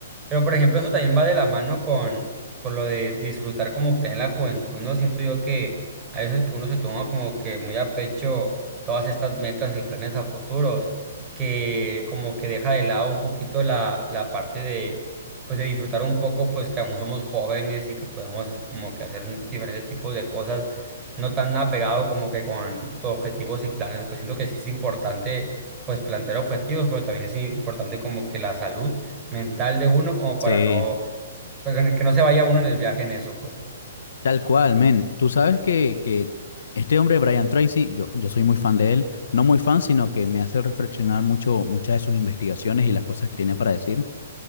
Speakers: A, on the right (about 20°); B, on the left (about 65°).
A: Pero por ejemplo, eso también va de la mano con, con lo de disfrutar como que en la juventud, ¿no? Siento yo que a veces que uno se toma como que muy a pecho todas estas metas y planes a futuros, que como que deja de lado un poquito la, la parte de pues de disfrutar un poco, pues que aún somos jóvenes y que podemos como que hacer un- diferentes tipos de cosas, no tan apegado como que con tus objetivos y planes, pues siento que sí es importante pues plantear objetivos, pero también es importante como que la salud mental de uno como para
B: Sí.
A: no, para que no se vaya uno en el viaje en eso, pues.
B: Tal cual, men. Tú sabes que, que este hombre, Brian Tracy, yo, yo soy muy fan de él. No muy fan, sino que me hace reflexionar mucho muchas de sus investigaciones y las cosas que tiene para decir.